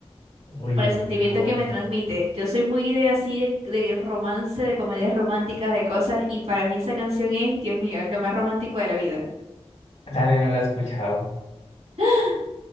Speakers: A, on the left (about 80°); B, on the right (about 80°).
A: uy,
B: por el sentimiento
A: no.
B: que me transmite. Yo soy muy de así de, de romance, de comedias románticas, de cosas, y para mí esa canción es, Dios mío, es lo más romántico de la vida.
A: Dale, no la he escuchado.
B: <gasps>